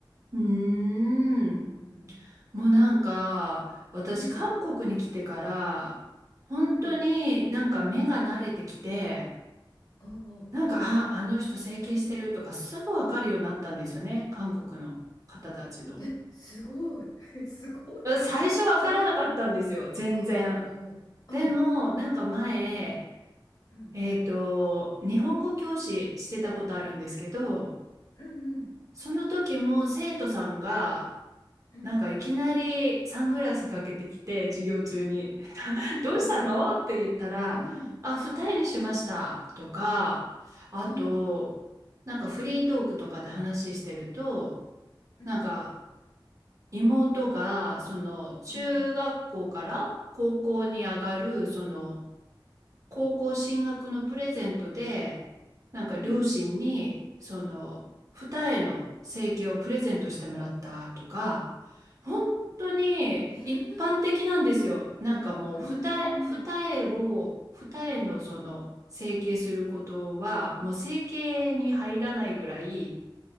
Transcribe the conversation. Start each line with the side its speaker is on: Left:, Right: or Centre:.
Right: うーん、
Left: うんうん
Right: もうなんか、私、
Left: うん
Right: 韓国に来てから、本当になんか目が慣れてきて、
Left: うんうんおうおうおう
Right: なんか、あ、あの人整形してるとかすぐわかるようになったんですよね、韓国の方たちの。
Left: えすごい <laughs> すごい
Right: うん最初わからなかったんですよ、
Left: それを
Right: 全然。
Left: おうおうおうおううん
Right: でも、なんか前、
Left: うんうん、
Right: えっと、日本語教師してたことあるんですけど、
Left: うん、
Right: その時も生徒さんが、
Left: うん、
Right: なんかいきなりサングラスかけてきて、
Left: うん、
Right: 授業中に、<laughs> どうしたのって言ったら、
Left: おう、うん、
Right: あ、二重にしましたとか、あと、
Left: おう、
Right: なんかフリートークとかで話してると、
Left: うん、
Right: なんか、妹が、その、中学校から高校に上がる、
Left: うん、うん、
Right: その、高校進学のプレゼントで、なんか両親に、
Left: うん、
Right: その、二重の整形をプレゼントしてもらったとか、本当に一般的なんですよ。
Left: あ、ええ
Right: なんかもう、
Left: うん、
Right: 二重、
Left: うん、
Right: 二重を、
Left: うん、
Right: 二重のその、整形することは、もう整形に入らないぐらい、